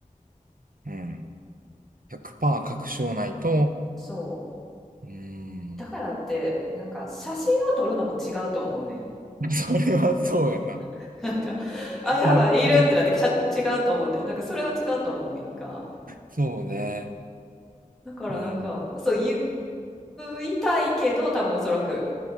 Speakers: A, on the right (about 75°); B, in the centre.
A: うん。100%確証ないと、
B: そ
A: うん。
B: うだからってなんか写真を撮るのも違うと思うねん
A: <laughs> それはそうやな。
B: <laughs> なんかあやばいいるってなってカしゃって違うと思うねんなんかそれは違うと思うんやんか
A: 単品そうね。
B: だからなんかそう
A: うん、
B: 言いたいけど多分おそらく